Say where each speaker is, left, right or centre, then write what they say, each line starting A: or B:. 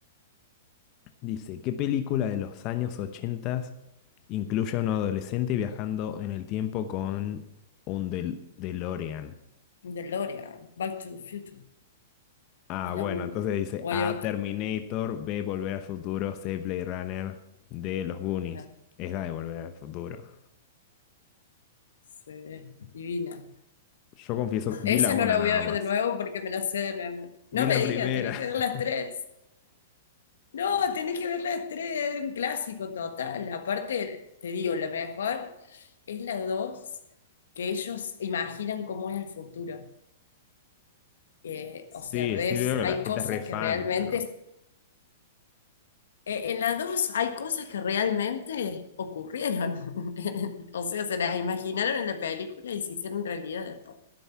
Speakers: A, on the left; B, on the left.
A: Dice, ¿qué película de los años 80 incluye a un adolescente viajando en el tiempo con un Del DeLorean?
B: DeLorean, Back to the Future,
A: Ah,
B: es
A: bueno,
B: la única.
A: entonces dice
B: O
A: A,
B: hay otra.
A: Terminator, B, Volver al Futuro, C, Blade Runner, D, Los Goonies.
B: Ah,
A: Es la de Volver al Futuro.
B: sí, divina.
A: Yo confieso, vi
B: Esa
A: la una
B: no la
A: nada
B: voy a ver
A: más.
B: de nuevo porque me la sé de mi amor. No
A: Vi la
B: me digas,
A: primera.
B: tenés
A: <laughs>
B: que ver las tres. No, tenés que ver las tres, es un clásico total. Aparte, te digo, la mejor es la dos, que ellos imaginan cómo es el futuro. Eh,
A: Sí,
B: o sea, ves,
A: sí veo que
B: hay
A: la gente
B: cosas
A: es re fan,
B: que realmente,
A: pero...
B: eh, en la 2 hay cosas que realmente ocurrieron. <laughs> O sea, se las imaginaron en la película y se hicieron realidad después.